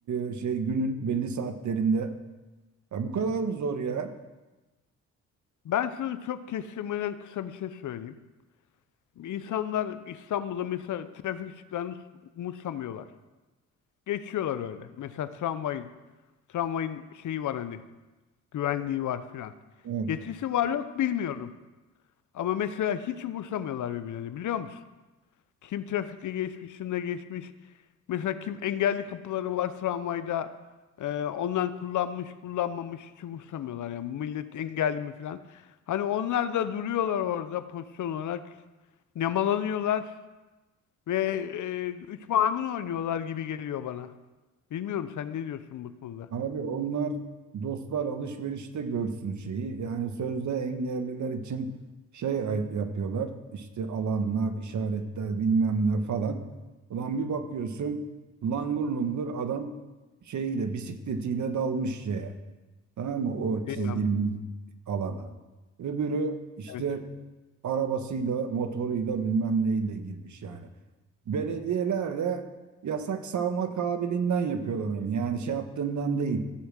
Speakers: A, on the right; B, on the left.
A: e, şey günün belli saatlerinde. Ya bu kadar mı zor ya?
B: Ben şunu çok kestirmeden kısa bir şey söyleyeyim. İnsanlar İstanbul'da mesela trafik ışıklarını umursamıyorlar. Geçiyorlar öyle. Mesela tramvayın, tramvayın şeyi var hani, güvenliği var filan.
A: Evet.
B: Yetkisi var yok bilmiyorum. Ama mesela hiç umursamıyorlar birbirlerini biliyor musun? Kim trafikte geçmiş, şunda geçmiş. Mesela kim engelli kapıları var tramvayda. e, ondan kullanmış, kullanmamış hiç umursamıyorlar. Yani millet engelli mi falan. Hani onlar da duruyorlar orada pozisyon olarak. Nemalanıyorlar ve e, üç maymun oynuyorlar gibi geliyor bana. Bilmiyorum sen ne diyorsun bu konuda?
A: Abi onlar dostlar alışverişte görsün şeyi. Yani sözde engelliler için şey ay- yapıyorlar. İşte alanlar, işaretler bilmem ne falan. Ulan bir bakıyorsun langur lungur adam şeyiyle bisikletiyle dalmış şeye. Tamam mı? O çizgili
B: Bilmiyorum.
A: alana. Öbürü işte
B: Evet.
A: arabasıyla, motoruyla bilmem neyle girmiş yani. belediyeler de yasak savma kabiliğinden yapıyorlar onu. Yani şey yaptığından değil.